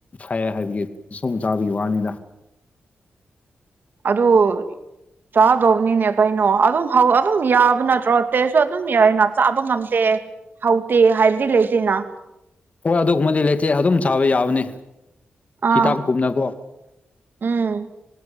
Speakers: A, on the left (about 35°); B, on the right (about 60°).
A: ꯐꯩꯌꯦ ꯍꯥꯏꯕꯒꯤ ꯁꯨꯝ ꯆꯥꯕꯒꯤ ꯋꯥꯅꯤꯗ
B: ꯑꯗꯣ ꯆꯥꯗꯧꯕꯅꯤꯅꯦ ꯀꯩꯅꯣ ꯑꯗꯨꯝ ꯍꯧ ꯑꯗꯨꯝ ꯌꯥꯕ ꯅꯠꯇ꯭ꯔꯣ ꯇꯦꯁꯁꯨ ꯑꯗꯨꯝ ꯌꯥꯏꯑꯦꯅ ꯆꯥꯕ ꯉꯝꯗꯦ ꯍꯥꯎꯇꯦ ꯍꯥꯏꯕꯗꯤ ꯂꯩꯇꯦꯅ
A: ꯍꯣꯏ ꯑꯗꯨꯒꯨꯝꯕꯗꯤ ꯂꯩꯇꯦ ꯑꯗꯨꯝ ꯆꯥꯕ ꯌꯥꯕꯅꯤ
B: ꯑ
A: ꯍꯤꯗꯥꯛꯀꯨꯝꯅꯀꯣ
B: ꯎꯝ